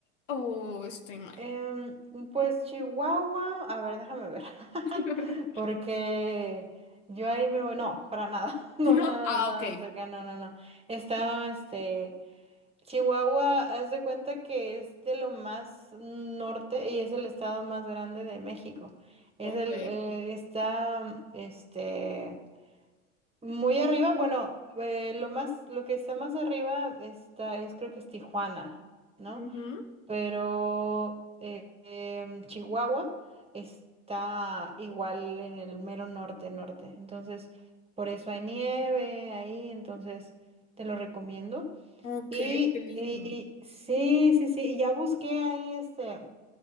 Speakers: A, on the left; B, on the right.
A: o estoy mal?
B: em, pues Chihuahua, a ver, déjame ver, <laughs>
A: <laughs>
B: porque yo ahí me voy, no, para nada, <laughs> no,
A: No,
B: nada,
A: ah,
B: nada
A: ok.
B: cerca, no, no, no. Está, este... Chihuahua, haz de cuenta que es de lo más norte y es el estado más grande de México. Es
A: Ok.
B: el, eh, está, este, muy arriba. Bueno, eh, lo más, lo que está más arriba está, es creo que es Tijuana, ¿no?
A: Ujú.
B: Pero eh, em, Chihuahua está igual en el mero norte, norte. Entonces, por eso hay nieve ahí. Entonces, te lo recomiendo.
A: Ok,
B: Y,
A: qué lindo.
B: y, y sí, sí, sí, y ya busqué ahí este,